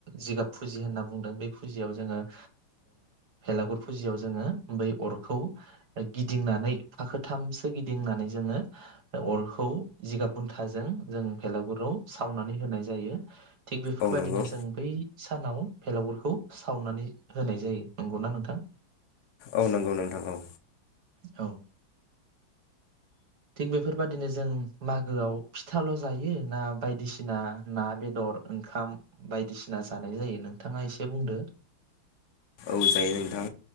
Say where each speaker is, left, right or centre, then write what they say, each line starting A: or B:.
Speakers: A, on the right; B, on the left.
A: जिगाब फुजि होनना बुंदों बे फुजियाव जोङो ओ भेलागुर फुजियाव जोङो बै अरखौ गिदिंनानै फाखोथामसो गिदिंनानै जोङो अरखौ जिगाब बुन्थाजों जों भेलागुराव सावनानै होनाय जायो थिग बेफोरबायदिनो
B: औ नंगौ
A: जों बै सानाव भेलाावुरफोरखौ सावनानै होनाय जायो नंगौना नोंथां?
B: औ नंगौ नोंथां औ
A: औ थिग बेफोरबादिनो जों मागोआव फिथाल' जायो ना बायदिसिना ना बेदर ओंखाम बायदिसिना जानाय जायो नोंथाङा एसे बुंदो
B: औ जायो नोंथां